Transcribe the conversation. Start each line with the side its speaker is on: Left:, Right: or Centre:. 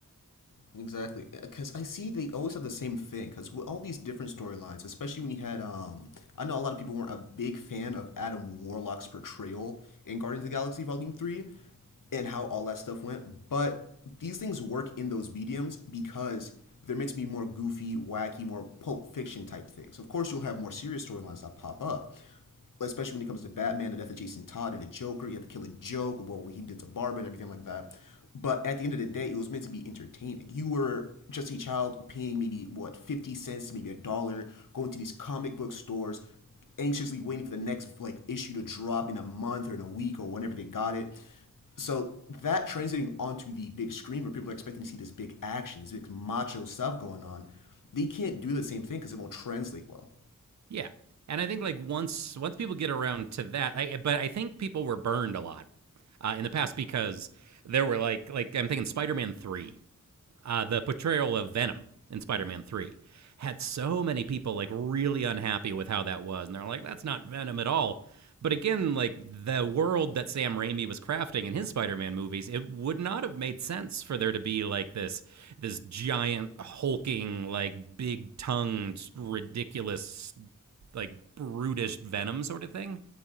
Left: Exactly, because I see they always have the same thing. Because with all these different storylines, especially when you had, um, I know a lot of people weren't a big fan of Adam Warlock's portrayal in Guardians of the Galaxy Volume Three, and how all that stuff went. But these things work in those mediums because they're meant to be more goofy, wacky, more Pulp Fiction type things. Of course, you'll have more serious storylines that pop up, especially when it comes to Batman, the death of Jason Todd and the Joker. You have to kill a joke, well, what he did to Barbara and everything like that. But at the end of the day, it was meant to be entertaining. You were just a child paying maybe what fifty cents, maybe a dollar, going to these comic book stores, anxiously waiting for the next like issue to drop in a month or in a week or whenever they got it. So that translating onto the big screen where people are expecting to see this big action, this big macho stuff going on, they can't do the same thing because it won't translate well.
Right: Yeah, and I think, like, once once people get around to that I but I think people were burned a lot, uh, in the past because there were, like like, I'm thinking Spider-Man 3 uh, the portrayal of Venom in Spider-Man 3 had so many people like really unhappy with how that was and they're like that's not Venom at all. But again, like the world that Sam Raimi was crafting in his Spider-Man movies, it would not have made sense for there to be like this this giant hulking like big-tongued ridiculous like brutish Venom sort of thing.